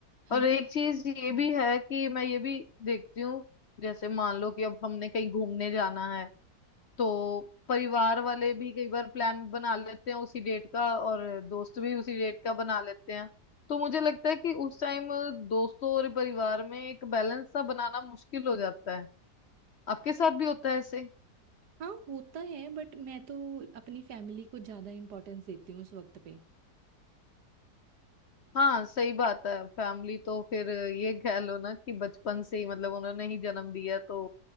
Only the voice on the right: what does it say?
है
ना
हम्म।
हाँ होता है बट मैं तो अपनी फैमिली को ज्यादा इम्पोर्टेंस देती हूँ उस वक्त पे